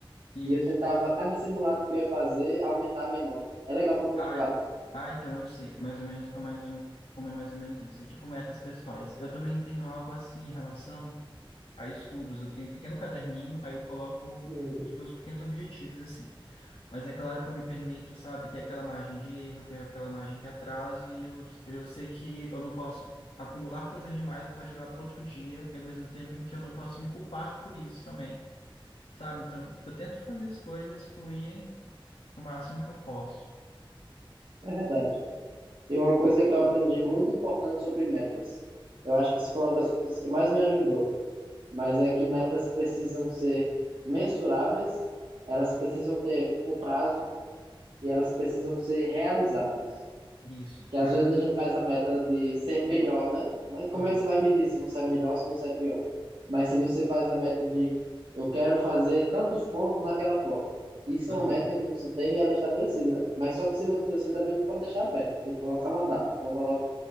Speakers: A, on the left; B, on the right.
A: Isso.
B: e eu tentava, a cada simulado que eu ia fazer, aumentar a minha nota. É legal para motivar,
A: Ah,
B: né?
A: ah, então eu sei, mais ou menos como é mais, ou me- como é mais ou menos isso. É tipo metas pessoais. Eu também tenho algo assim em relação a estudos. Eu tenho um pequeno caderninho, aí eu coloco
B: Uhum.
A: os meus pequenos objetivos assim. Mas é claro que eu me permito, sabe, ter aquela margem de erro, ter aquela margem de atraso, e eu, eu sei que eu não posso acumular coisas demais para jogar para outro dia, e ao mesmo tempo em que eu não posso me culpar por isso também, sabe? Então eu tento fazer as coisas fluírem o máximo que eu posso.
B: É verdade. E uma coisa que eu aprendi muito importante sobre metas. Eu acho que isso foi uma das coisas que mais me ajudou. mas é que metas precisam ser mensuráveis, elas precisam ter um prazo e elas precisam ser realizáveis.
A: Isso,
B: Que
A: cara.
B: às vezes a gente faz a meta de ser melhor, né? Mas como
A: Aham,
B: é que você vai medir se você é melhor, se você é pior? Mas se você faz a meta de eu quero fazer tantos pontos naquela prova. Isso
A: aham.
B: é uma meta que você tem e ela é estabelecida, né? Mas só que se você, você também não pode deixar aberto, tem que colocar uma data. Então coloca,